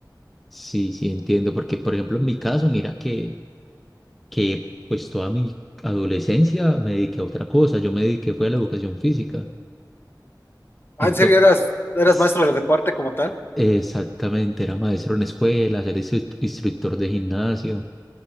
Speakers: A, in the centre; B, on the left.
A: Sí, sí, entiendo. Porque, por ejemplo, en mi caso, mira que, que pues toda mi adolescencia me dediqué a otra cosa. Yo me dediqué fue a la educación física.
B: Ah,
A: Ento-
B: ¿en serio eras, eras
A: S-
B: maestro de deporte como tal?
A: Exactamente, era maestro en escuelas, era instru- instructor de gimnasio.